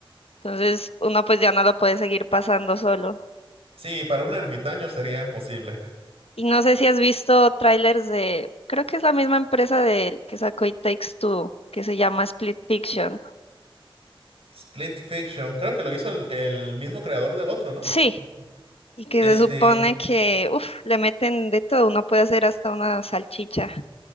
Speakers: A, on the left; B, on the right.
A: Entonces uno pues ya no lo puede seguir pasando solo.
B: Sí, para un ermitaño sería imposible.
A: Y no sé si has visto trailers de, creo que es la misma empresa del que sacó It Takes Two, que se llama Split Fiction.
B: Split Fiction, creo que lo hizo el, el mismo creador del otro, ¿no?
A: Sí,
B: Ok.
A: y que
B: Este,
A: se supone que, uff, le meten de todo, uno puede hacer hasta una salchicha.